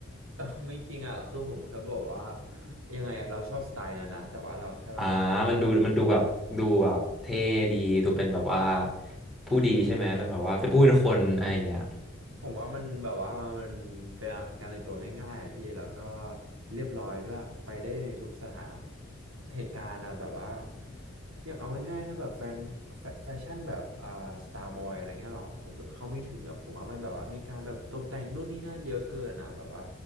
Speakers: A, on the right (about 80°); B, in the centre.
A: เออ <laughs> ไม่จริงอ่ะคือผมแค่บอกว่ายังไงเราชอบสไตล์นั้นนะแต่ว่าเราแค่แบบว่า
B: อ่ามันดูมันดูแบบดูแบบเท่ดีดูเป็นแบบว่าผู้ดีใช่ไหมเป็นแบบว่าเป็นผู้เป็นคนอะไรอย่างเงี้ย
A: มันดูเป็น ผมว่ามันแบบว่ามันเป็นการแต่งตัวง่ายๆอะพี่แล้วก็เรียบร้อยด้วยไปได้ในทุกสถานะเหตุการณ์อะแบบว่าอย่างเอาง่ายๆถ้าแบบแฟนแฟแฟชั่นแบบอ่าสตาร์บอยอะไรเงี้ยหรอผมแบบเข้าไม่ถึงอะผมว่ามันแบบว่ามีการแบบตกแต่งนู่นนี่นั่นเยอะเกินอะแบบว่า